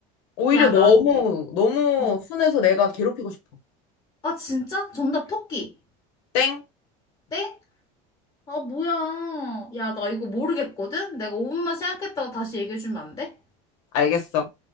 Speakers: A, on the left; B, on the left.
A: 오히려
B: 야,
A: 너무,
B: 나,
A: 너무
B: 어.
A: 순해서 내가 괴롭히고 싶어.
B: 아, 진짜? 정답 토끼.
A: 땡?
B: 땡? 아, 뭐야. 야, 나 이거 모르겠거든? 내가 5분만 생각했다가 다시 얘기해주면 안 돼?
A: 알겠어.